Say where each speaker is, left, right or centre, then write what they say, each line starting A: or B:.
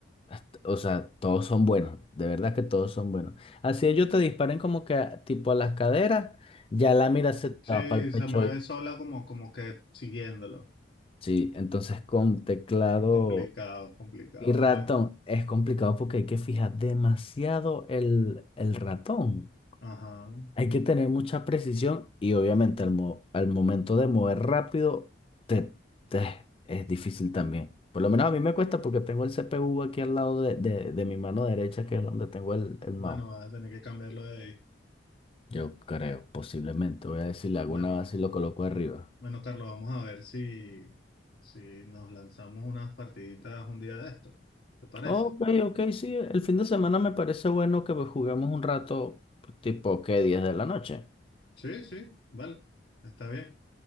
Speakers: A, on the left; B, on the left.
A: hasta- o sea, todos son buenos, de verdad que todos son buenos. Así ellos te disparen como que a- tipo a las caderas, ya la mira se te
B: Sí,
A: va para el pecho.
B: se mueve
A: y-
B: sola como, como que siguiéndolo.
A: Sí, entonces con teclado
B: Complicado, complicado.
A: y ratón
B: Bueno,
A: es complicado porque hay que fijar demasiado el, el ratón.
B: ajá.
A: Hay que tener mucha precisión y obviamente al, mo- al momento de mover rápido te, te- es difícil también. Por lo menos a mí me cuesta porque tengo el CPU aquí al lado de, de- de mi mano derecha,
B: Mm,
A: que es donde tengo el, el mouse.
B: Bueno, vas a tener que cambiarlo de ahí.
A: Yo creo, posiblemente. Voy a decir, le hago
B: Bueno,
A: una base y lo coloco arriba.
B: bueno, Carlos, vamos a ver si, si nos lanzamos unas partiditas un día de esto. ¿Te parece?
A: Ok, ok, sí. El fin de semana me parece bueno que pues, juguemos un rato, tipo, ¿qué? 10 de la noche.
B: Sí, sí, vale. Está bien.